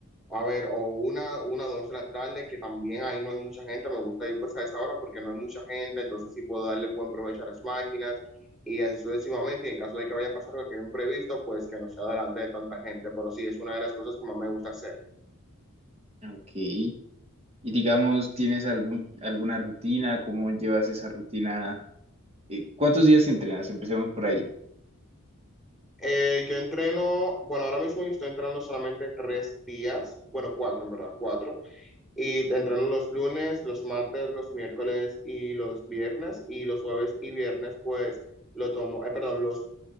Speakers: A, in the centre; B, on the right (about 30°).
A: A ver, o una, una, dos de la tarde, que también ahí no hay mucha gente. Me gusta ir pues a esa hora porque no hay mucha gente, entonces sí puedo darle buen provecho a las máquinas y así sucesivamente. Y en caso de que vaya a pasar cualquier imprevisto, pues que no sea delante de tanta gente. Pero sí, es una de las cosas que más me gusta hacer.
B: Ok. Y digamos, ¿tienes algún, alguna rutina? ¿Cómo llevas esa rutina? Eh, ¿cuántos días entrenas? Empecemos por ahí.
A: Eh, yo entreno, bueno, ahora mismo yo estoy entrenando solamente tres días, bueno, cuatro en verdad, cuatro. Y entreno los lunes, los martes, los miércoles y los viernes. Y los jueves y viernes, pues lo tomo, eh, perdón, los